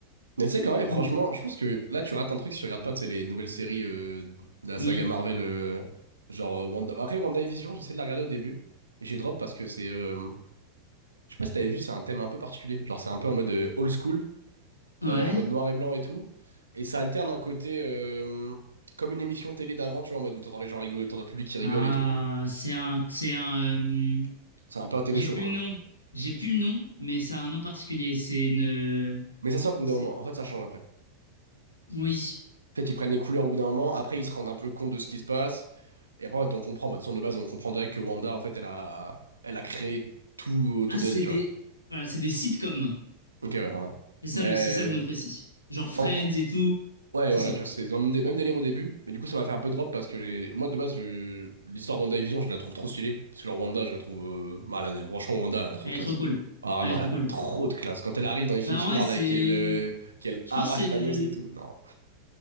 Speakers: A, on the right; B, on the left.
A: Mais tu sais, quand même,
B: J'aime
A: franchement,
B: bien.
A: je pense que là, tu rates un truc si tu regardes pas, tu sais, les nouvelles séries euh, de la
B: Oui.
A: saga Marvel, euh, genre euh, Wanda. Après, WandaVision, j'essaie de la regarder au début. Et j'ai drop parce que c'est. euh, Je sais pas si t'avais vu, c'est un thème un peu particulier. Genre, c'est un peu en mode euh, old school,
B: Ouais.
A: euh, en mode noir et blanc et tout. Et ça alterne un côté euh, comme une émission télé d'avant, tu vois, en mode où t'entends les gens rigoler, t'entends le public qui
B: Ah,
A: rigole et tout.
B: c'est un, c'est un. euh,
A: C'est un peu un TV
B: j'ai
A: show,
B: plus
A: quoi.
B: le nom. J'ai plus le nom, mais ça a un nom particulier. C'est une.
A: Mais ça stoppe au bout
B: C'est.
A: d'un moment. En fait, ça change après.
B: Oui.
A: Peut-être ils prennent les couleurs au bout d'un moment, après ils se rendent un peu compte de ce qui se passe. Et après, en fait, on comprend. Bah, de toute façon, de base, on comprend direct que Wanda, en fait, elle a, elle a créé tout autour
B: Ah, c'est
A: d'elle, tu
B: des.
A: vois.
B: Voilà, c'est des sitcoms.
A: Ok, ouais, voilà.
B: C'est ça
A: Mais.
B: le, c'est ça le nom précis. Genre Friends
A: en,
B: et tout.
A: Ouais,
B: C'est
A: voilà,
B: ça.
A: tu vois, c'est dans le même, dé- même délire au début, mais du coup, ça m'a fait un peu drop parce que j'ai. Moi, de base, je- l'histoire WandaVision, je la trouve trop stylée. Parce que genre, Wanda, je la trouve. euh, bah, elle a- Franchement, Wanda, elle a trop
B: Elle
A: de
B: est
A: classe.
B: trop cool.
A: Ah, vraiment,
B: Elle est trop
A: elle a
B: cool.
A: trop de classe. Quand elle arrive dans Infinity
B: Bah ouais,
A: War,
B: c'est.
A: là, et qu'elle euh, qu'elle
B: Je
A: arrache
B: pense que c'est.
A: Thanos
B: le-
A: et tout. Non,